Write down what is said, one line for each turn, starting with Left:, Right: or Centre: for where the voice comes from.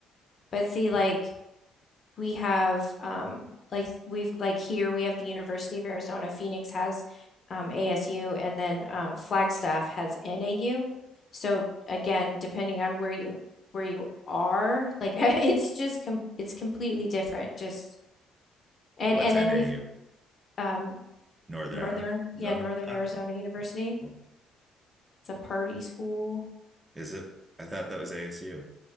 Left: but see like we have um, like we've like here we have the University of Arizona. Phoenix has um, ASU, and then um, Flagstaff has NAU. So again, depending on where you where you are, like <laughs> it's just com it's completely different. Just and
Right: What's
Left: and
Right: NAU?
Left: then we've um,
Right: Northern
Left: Northern
Right: Arizona?
Left: yeah Northern
Right: Ah,
Left: Arizona University.
Right: cool.
Left: It's a party school.
Right: Is it? I thought that was ASU.